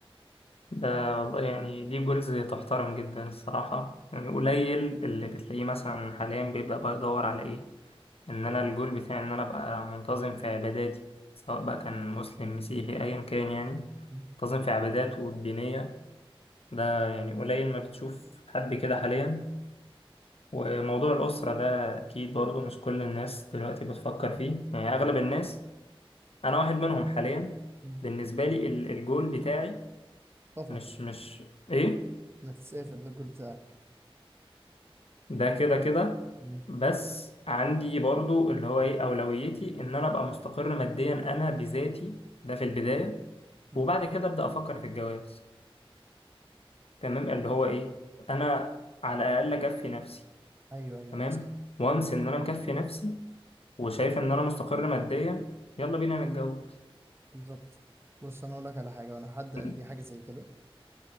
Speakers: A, on the left; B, on the right.
A: ده والله يعني دي جولز تحترم جدا الصراحة يعني قليل اللي بتلاقيه مثلا حاليا بيبدأ بقى يدور على ايه ان انا الجول بتاعي ان انا ابقى منتظم في عباداتي سواء بقى كان مسلم مسيحي ايا كان يعني
B: مم.
A: منتظم في عباداته الدينية ده يعني قليل ما بتشوف حد كده حاليا وموضوع الأسرة ده أكيد برضه مش كل الناس دلوقتي بتفكر فيه يعني أغلب الناس أنا واحد منهم حاليا
B: مم.
A: بالنسبة لي ال- الجول بتاعي
B: سفر
A: مش مش إيه
B: إنك تسافر ده الجول بتاعك
A: ده كده كده
B: مم.
A: بس عندي برضه اللي هو إيه أولويتي إن أنا أبقى مستقر ماديا أنا بذاتي ده في البداية
B: مم.
A: وبعد كده أبدأ أفكر في الجواز تمام اللي هو إيه أنا على الأقل أكفي نفسي
B: أيوه أيوه
A: تمام
B: بس
A: وانس ان انا مكفي نفسي وشايف ان انا مستقر ماديا يلا بينا نتجوز
B: بالظبط بص أنا أقول لك على حاجة وأنا حد قال
A: م-
B: لي حاجة زي كده